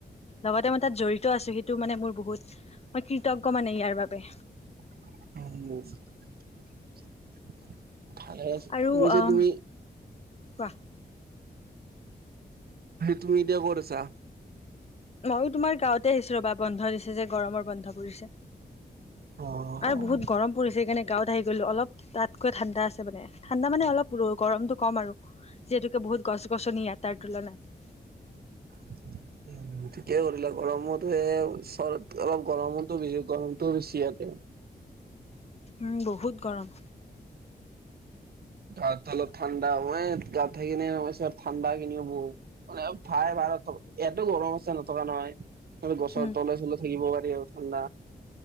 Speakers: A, on the left; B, on the right.
A: লগতে মই তাত জড়িত আছোঁ সেইটো মানে মোৰ বহুত মই কৃতজ্ঞ মানে ইয়াৰ বাবে।
B: <unintelligible> ভালেই হৈছে।
A: আৰু
B: শুনিছোঁ
A: অ'
B: তুমি
A: কোৱা।
B: তুমি এতিয়া ক'ত আছা?
A: ময়ো তোমাৰ গাঁৱতে আহিছোঁ, ৰ'ব বন্ধ দিছে যে গৰমৰ বন্ধ পৰিছে।
B: অ'।
A: আৰু বহুত গৰম পৰিছে সেইকাৰণে গাঁৱত আহি গ'লো অলপ তাতকৈ ঠাণ্ডা আছে মানে ঠাণ্ডা মানে অলপ গৰমতটো কম আৰু। যিহেতুকে বহুত গছ গছনি কম তাৰ তুলনাত।
B: <inaudible> ঠিকেই কৰিলা। গৰমতে চ অলপ গৰমোছ গৰমটো বেছি ইতে <inaudible>
A: উম, বহুত গৰম।
B: গাঁৱতে অলপ ঠাণ্ডা, মই গাৱত থাকি কেনে ঠাণ্ডা কিনিও বহুত মানে ভাই ভা ইয়াতো গৰম আছে নথকা নহয়। গছৰ
A: উম।
B: তলে চলে থাকিব পাৰি আৰু ঠাণ্ডা।